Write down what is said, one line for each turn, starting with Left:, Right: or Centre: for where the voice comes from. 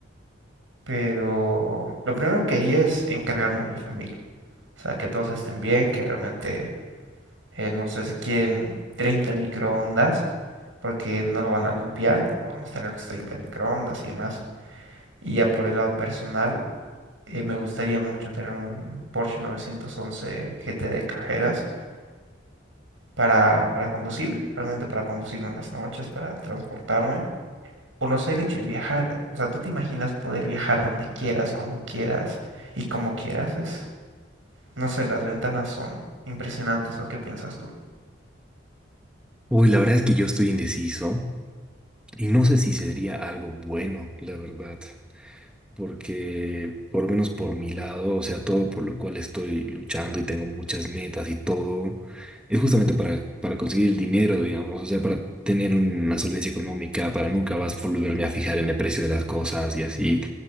Right: Pero lo primero que haría es encargarme de mi familia. O sea, que todos estén bien, que realmente, eh, no sé si quieren treinta microondas. porque no lo van a limpiar, vamos a tener los 30 microondas y demás. Y ya por el lado personal, eh, me gustaría mucho tener un Porsche 911 GT de carreras para, para conducirlo, realmente para conducirlo en las noches, para transportarme. Conocer el hecho de viajar, o sea, tú te imaginas poder viajar donde quieras, cuando quieras y como quieras, es, no sé, las ventanas son impresionantes, ¿o qué piensas tú?
Centre: Uy, la verdad es que yo estoy indeciso y no sé si sería algo bueno, la verdad, porque por lo menos por mi lado, o sea, todo por lo cual estoy luchando y tengo muchas metas y todo, es justamente para, para conseguir el dinero, digamos, o sea, para tener una solvencia económica, para nunca más volverme a fijar en el precio de las cosas y así.